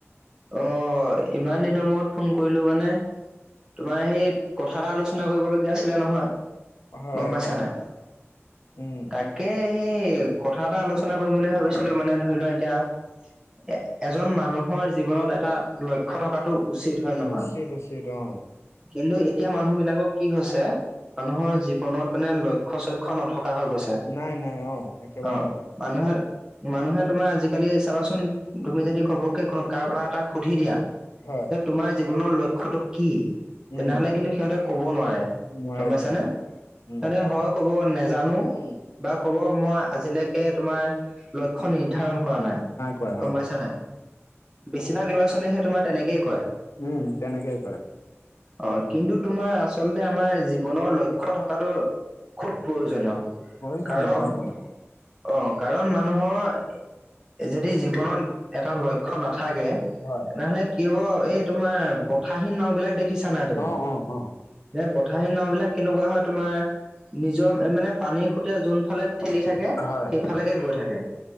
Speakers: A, on the right (about 15°); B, on the left (about 75°).
A: অ, ইমান দিনৰ মূৰত ফোন কৰিলো মানে তোমাৰ সেই ক সাদা আলোচনা কৰিবলগীয়া আছিলে নহয়
B: হয়
A: গম পাইছা
B: অ
A: নাই?
B: উম।
A: তাক কে সেই কথা এটা আলোচনা কৰিম বুলি ভাবিছিলো মানে ধৰি লোৱা এতিয়া এ এজন মানুহৰ জীৱনত এটা লক্ষ্য থকাটো উচিত হয় নহয়?
B: উচিত উচিত অ
A: কিন্তু এতিয়া মানুহবিলাকৰ কি হৈছে? মানুহৰ জীৱনত মানে লক্ষ্য- চক্ষ্য নথ কা হৈ গৈছে
B: নাই নাই অ একেবাৰে
A: অ।
B: নাই
A: মানুহে - মানুহে তোমাৰ আজিকালি চাবাচোন তুমি যদি ঘৱকে কোনো কাৰোবাক এটা সুধি দিয়া
B: হয়।
A: যে তোমাৰ জীৱনৰ লক্ষ্যটো কি?
B: উম।
A: তেনেহলে কিন্তু সিহঁতে ক'বও নোৱাৰে
B: নোৱাৰে
A: গম পাইছানে?
B: নোৱাৰে উম
A: তাতে হয় কব নেজানো?
B: উম
A: বা কব মই আজিলৈকে তোমাৰ লক্ষ্য নিৰ্ধাৰণ কৰা নাই,
B: কৰা
A: গম
B: অ
A: পাইছা নাই? বেছিভাগ ল'ৰা - ছোৱালীয়েহে তোমাৰ তেনেকেই কয়।
B: উম তেনেকে কয়।
A: অ কিন্তু তোমাৰ আচলতে আমাৰ জীৱনৰ লক্ষ্য থকাটো খুব প্ৰয়োজনীয়
B: প্ৰয়োজনীয়
A: কাৰণ
B: প্ৰয়োজনীয়
A: অ কাৰণ মানুহৰ এ এ যদি জীৱনত এটা লক্ষ্য নাথাকে
B: হয়।
A: তেনেহলে কি হব এই তোমাৰ বতাহীন নাওবিলাক দেখিছা নাই তুমি?
B: অ', অ', অ',
A: যে বঠাহীন নাওবিলাক কেনেকুৱা হয় তোমাৰ নিজৰ এ মানে পানীৰ সোঁতে যোনফালে ঠেলি থাকে
B: হয়।
A: সেইফালেকে গৈ থাকে